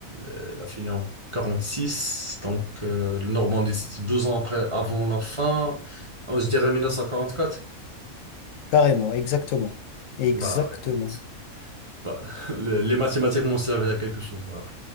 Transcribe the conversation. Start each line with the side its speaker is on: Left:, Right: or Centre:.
Right: euh, la fin en 46. donc euh, le Normandie, c'est deux ans après, avant la fin. Euh, Je dirais 1944.
Left: <laughs> Carrément, exactement. Exactement.
Right: Bah, écoute, bah, <laughs> le- les mathématiques m'ont servi à quelque chose. voilà.